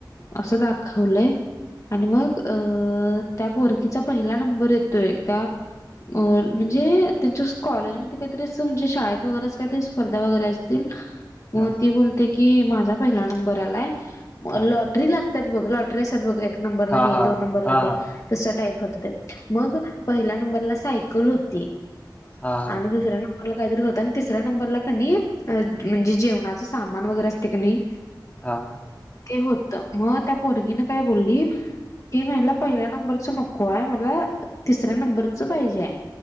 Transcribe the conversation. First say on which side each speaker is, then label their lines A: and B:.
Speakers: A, on the left; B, on the left.
A: असं दाखवलंय आणि मग अ अ त्या पोरगीचा पहिला नंबर येतोय त्या अ म्हणजे त्यांच्या कॉलेजमध्ये कायतरी असं म्हणजे शाळेत वगैरेच कायतरी स्पर्धा वगैरे असतील. मग
B: हा
A: ती बोलते की माझा पहिला नंबर आलाय. म
B: हा
A: लॉटरी लागत्यात बघ लॉट ट्रेसाद बघ एक नंरला
B: हा
A: हे
B: हा
A: दोन नंबरला
B: हा
A: ते तसा टाईप होत त्यात. मग पहिल्या नंबरला सायकल होती
B: हा
A: आणि दुसऱ्या नं बरला कायतरी होत तिसऱ्या नंबरला क नी म्हणजे जेवणाच सामान वगैरे असते क नी
B: हा.
A: ते होत. मग त्या पोरगीन काय बोलली कि महिला पहिल्या नंबरच नको आय मला तिसऱ्या नंबरच पाहिजे आय.